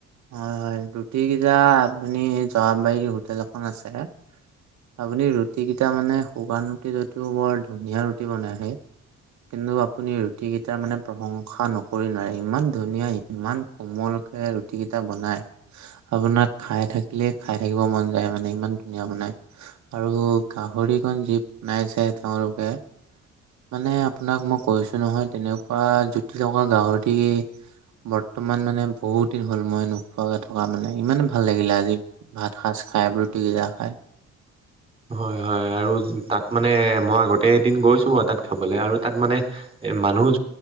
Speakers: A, on the right; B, on the right.
A: হয়, হয়, ৰুটি কেইটা আপুনি জোৱাববাৰী হোটেল এখন আছে। আপুনি ৰুটি কেইটা মানে শুকান ৰুটি যটিও বৰ ধুনীয়া ৰুটি বনাইহে। কিন্তু আপুনি ৰুটি কেইটাৰ মানে প্ৰশংসা নকৰি নোৱাৰে ইমান ধুনীয়া। ইমান কোমলকে ৰুটি কেইটা বনাই। আপোনাৰ খাই থাকিলে খাই থাকিব মন যায় মানে ইমান ধুনীয়া বনাই। আৰু গাহৰিকনন যি বনাইছে তেওঁলোকে। মানে আপোনাক মই কৈছো নহয় তেনেকুৱা জুতি লগা গাহৰি। বৰ্তমান মানে বহুত দিন হ'ল মই নোখোৱাকে থকা মানে, ইমানে ভাল লাগিলে আজি। ভাত সাঁজ খাই ৰুটি কেইটা খায়।
B: হয়, হয়, আৰু তাত মানে মই আগতে এদিন গৈছো বাৰ তাত খাবলে আৰু তাত মানে। এ মানুহোজ